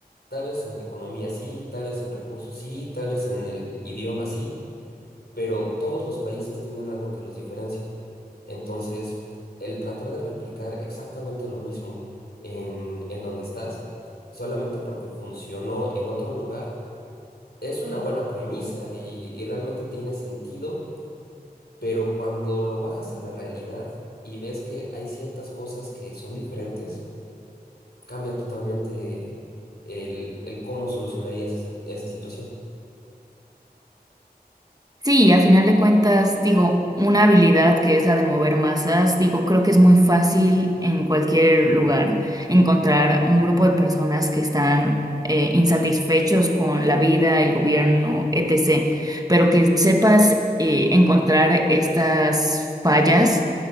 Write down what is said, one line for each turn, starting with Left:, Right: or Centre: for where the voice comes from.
Left: Tal vez en economía sí, tal vez en recursos sí, tal vez en el idioma sí, pero todos los países tienen algo que los diferencia. Entonces, el tratar de replicar exactamente lo mismo en, en donde estás, solamente porque funcionó en otro lugar, es una buena premisa y, y realmente tiene sentido, pero cuando lo bajas a la realidad y ves que hay ciertas cosas que son diferentes, cambia totalmente el, el cómo solucionarías esa esa situación.
Right: Sí, a final de cuentas, digo, una habilidad que es la de mover masas, digo, creo que es muy fácil en cualquier lugar encontrar un grupo de personas que están eh, insatisfechos con la vida, el gobierno, etc. Pero que sepas eh, encontrar estas fallas